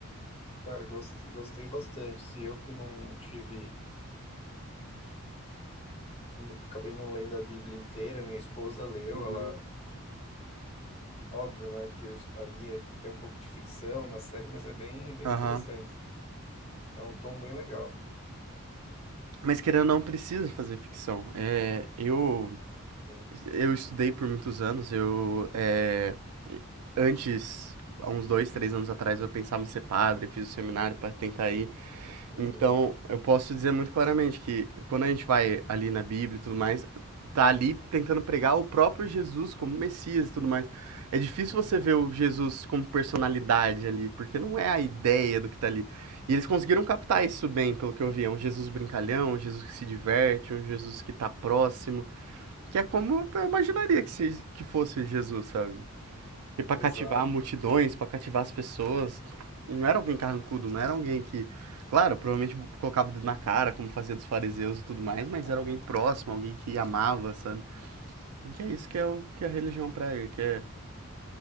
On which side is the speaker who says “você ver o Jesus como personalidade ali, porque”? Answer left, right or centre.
Right